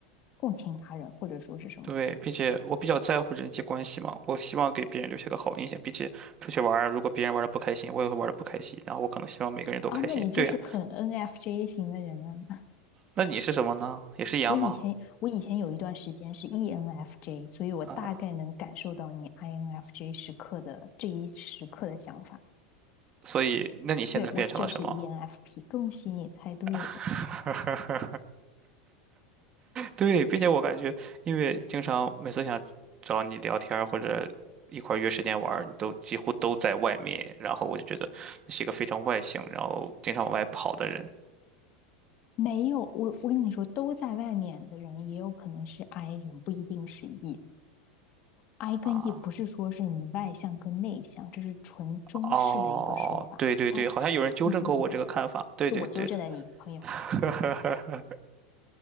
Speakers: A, on the left; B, on the right.
A: 共情他人，或者说是什么
B: 对，并且我比较在乎人际关系嘛，我希望给别人留下个好印象，并且出去玩儿，如果别人玩的不开心，我也会玩的不开心，然后我可能希望每个人都开心。
A: 啊？那你就是很
B: 对呀，
A: NFJ 型的人啊。<laughs>
B: 那你是什么呢？也是一样吗？
A: 我以前我以前有一段时间是 ENFJ，所以我大概能感受到你
B: 啊，
A: INFJ 时刻的这一时刻的想法。
B: 所以那你现在变成了什么？
A: 对，我就是 ENFP，恭喜你猜对。
B: <laughs> 对，并且我感觉，因为经常每次想找你聊天儿或者一块儿约时间玩儿，你都几乎都在外面，然后我就觉得你是一个非常外向，然后经常往外跑的人
A: 没有，我我跟你说，都在外面的人也有可能是 I 人，不一定是 E。I 跟
B: 啊。
A: E 不是说是你外向跟内向，这是纯中式的一个说法。
B: 哦，对对对，
A: 他，
B: 好像有人纠正过我这个看法。
A: 你记不记得？
B: 对对对的，
A: 是我纠正的你朋友。
B: <laughs>